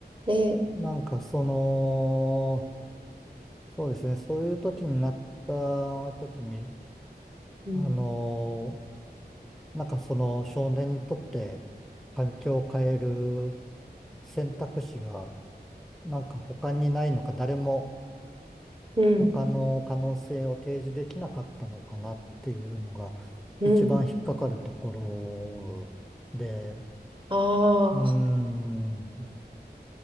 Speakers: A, on the right (about 30°); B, in the centre.
A: で、
B: なんか、その、そうですね、そういう時になった時に、
A: うん、
B: あの、なんかその少年にとって環境を変える選択肢がなんか他にないのか、誰も
A: うん、
B: 他の可能性を提示できなかったのかなっていうのが
A: うん。
B: 一番引っかかるところで、
A: ああ、
B: うーん、